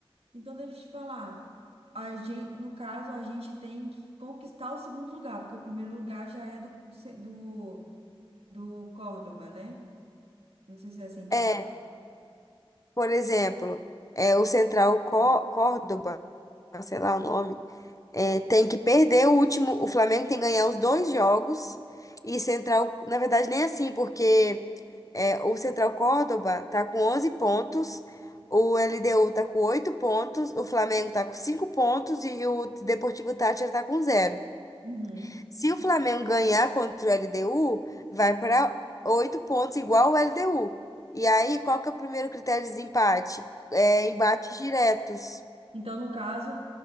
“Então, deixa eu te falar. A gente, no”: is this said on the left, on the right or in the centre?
Right